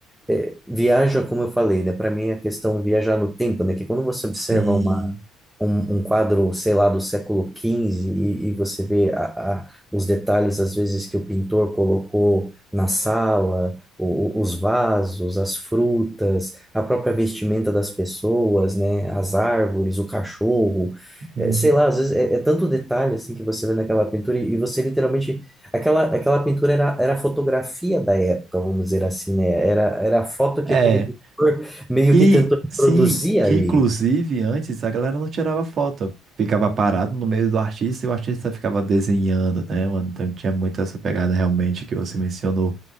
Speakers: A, in the centre; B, on the right.
A: é, viaja, como eu falei, né? Para mim é a questão viajar no tempo, né? Que quando você observa
B: Sim.
A: uma, um, um quadro, sei lá, do século XV e, e você vê a, a, os detalhes, às vezes, que o pintor colocou na sala, o, o- os vasos, as frutas, a própria vestimenta das pessoas, né? As árvores, o cachorro,
B: Uhum.
A: é, sei lá, às vezes é, é tanto detalhe, assim, que você vê naquela pintura e, e você literalmente Aquela, aquela pintura era, era a fotografia da época, vamos dizer assim, né? Era, era a foto que
B: É,
A: aquele pintor meio
B: que
A: que tentou reproduzir
B: sim, que
A: ali.
B: inclusive antes a galera não tirava foto, ficava parado no meio do artista e o artista ficava desenhando, né, mano? Então tinha muito essa pegada realmente que você mencionou,